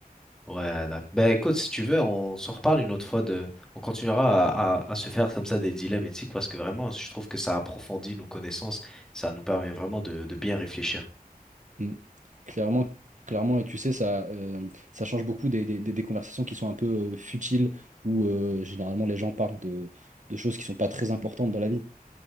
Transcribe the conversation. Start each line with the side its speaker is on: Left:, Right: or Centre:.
Centre: Ouais, d'accord. Ben écoute, si tu veux, on s'en reparle une autre fois de, on continuera à, à, à se faire comme ça des dilemmes éthiques parce que vraiment, je trouve que ça approfondit nos connaissances, ça nous permet vraiment de, de bien réfléchir.
Right: Mm. Clairement, clairement, et tu sais, ça, euh, ça change beaucoup des, des- des- des conversations qui sont un peu euh, futiles, où euh, généralement les gens parlent de, de choses qui sont pas très importantes dans la vie.